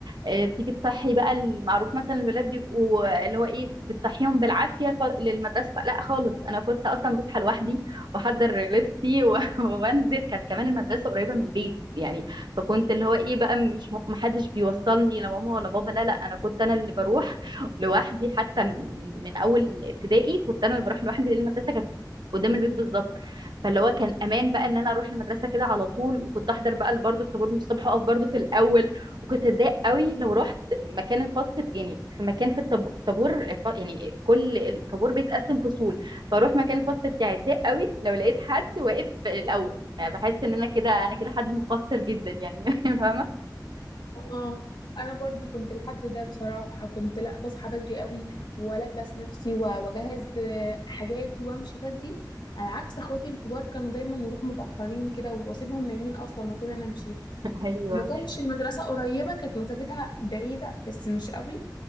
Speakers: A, on the right (about 80°); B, on the left (about 80°).
A: آه، بتيجي تصحي بقى المعروف مثلا الولاد بيبقوا آه، اللي هو ايه بتصحيهم بالعافيه ف... للمدرسه بقى لا خالص انا كنت اصلا بصحى لوحدي واحضر لبسي و... <laughs> وانزل كانت كمان المدرسه قريبه من البيت يعني فكنت اللي هو ايه بقى مش م... محدش بيوصلني لا ماما ولا بابا لا لا انا كنت انا اللي بروح لوحدي حتى من من اول ابتدائي كنت انا اللي بروح لوحدي لان المدرسه كانت قدام البيت بالظبط فاللي هو كان امان بقى ان انا اروح المدرسه كده على طول وكنت احضر بقى برضه الطابور من الصبح واقف برضه في الاول وكنت اتضايق قوي لو رحت مكان الفصل يعني في مكان في الطابو- الطابور الف- يعني كل الطابور بيتقسم فصول فاروح مكان الفصل بتاعي اتضايق قوي لو لقيت حد واقف الاول بحس ان انا كده انا كده حد مقصر جدا يعني <laughs> فاهمه
B: اه انا برضو كنت لحد ده بصراحه كنت لا بصحى بدري قوي والبس نفسي و- واجهز آه، حاجاتي وامشي بدري على عكس اخواتي الكبار كانوا دايما يروحوا متاخرين كده واسيبهم نايمين اصلا واكون انا مشيت
A: ايوه
B: وما كانش المدرسه قريبه كانت مسافتها بعيده بس مش قوي